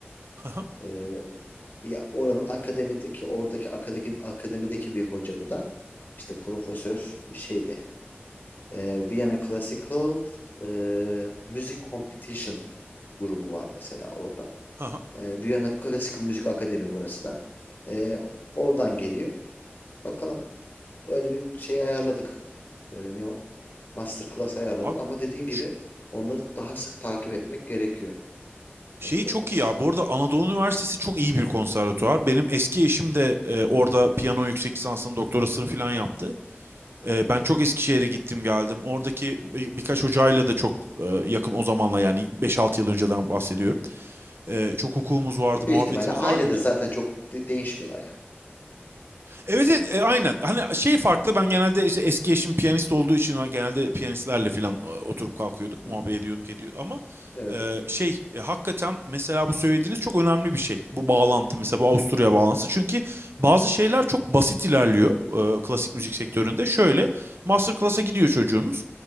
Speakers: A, on the right; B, on the left.
A: Hı hı,
B: Ee, ya oranın akademideki oradaki akademi akademideki bir hoca bu da. İşte profesör bir şeydi. Ee, Vienna Classical e, Music Competition grubu var mesela orada.
A: hı hı.
B: Ee, Vienna Classical Müzik Akademi burası da. Ee, oradan geliyor. Bakalım böyle bir şey ayarladık. Ee, ne o? Masterclass ayarladık
A: Abi
B: ama dediğin gibi
A: ş-
B: onları daha sık takip etmek gerekiyor
A: şeyi
B: network
A: çok
B: açısından.
A: iyi ya. Bu arada Anadolu Üniversitesi çok iyi bir konservatuvar. Benim eski eşim de e, orada piyano yüksek lisansını, doktorasını falan yaptı. Eee,
B: Hı hı.
A: ben çok Eskişehir'e gittim geldim. Oradaki bir- birkaç hocayla da çok eee, yakın o zamanla yani 5-6 yıl önceden bahsediyorum. Eee, çok hukukumuz vardı,
B: Büyük
A: muhabbetimiz
B: ihtimalle aynıdır
A: vardı.
B: zaten çok de- değişmiyorlar ya.
A: Evet evet e, aynen. Hani şey farklı ben genelde işte eski eşim piyanist olduğu için genelde piyanistlerle falan e, oturup kalkıyorduk,
B: Hı
A: muhabbet
B: hı.
A: ediyorduk ediyor ama
B: Evet.
A: e, şey e, hakikaten mesela bu söylediğiniz çok önemli bir şey. Bu bağlantı mesela bu Avusturya bağlantısı çünkü bazı şeyler çok basit ilerliyor e, klasik müzik sektöründe. Şöyle master class'a gidiyor çocuğunuz.